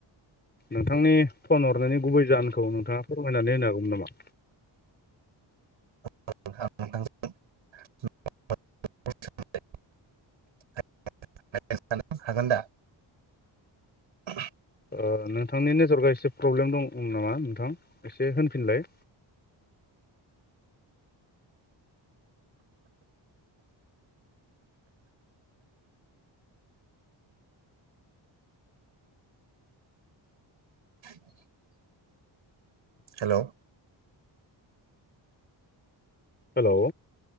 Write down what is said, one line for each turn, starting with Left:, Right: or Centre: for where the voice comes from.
Left: नोंथांनि फन हरनायनि गुबै जाहोनखौ नोंथाङा फोरमायनानै होनो हागौमोन नामा?
Right: नोंथां <unintelligible> <unintelligible> हागोन दा <unintelligible>
Left: ओ नोंथांनि नेटर्वका एसे प्रब्लेम दं नामा नोंथां एसे होनफिनलाय।
Right: <unintelligible> हेल'
Left: हेल'